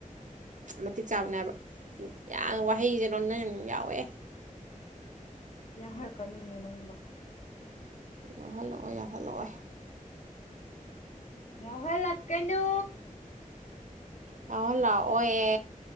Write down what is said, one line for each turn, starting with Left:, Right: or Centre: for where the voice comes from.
Right: ꯃꯇꯤꯛ ꯆꯥꯕꯅꯦꯕ ꯌꯥꯝ ꯋꯥꯍꯩꯁꯦ ꯂꯣꯟꯅ ꯌꯥꯎꯋꯦ
Left: ꯌꯥ ꯍꯔꯂꯛꯀꯅꯨꯅꯦ ꯅꯪꯅꯤꯡꯕ
Right: ꯌꯥꯎꯍꯜꯂꯛꯑꯣ ꯌꯥꯎꯍꯜꯂꯛꯑꯣꯏ
Left: ꯉꯥꯎꯍꯟꯂꯛꯀꯥꯅꯨ
Right: ꯂꯥꯛꯑꯣꯌꯦ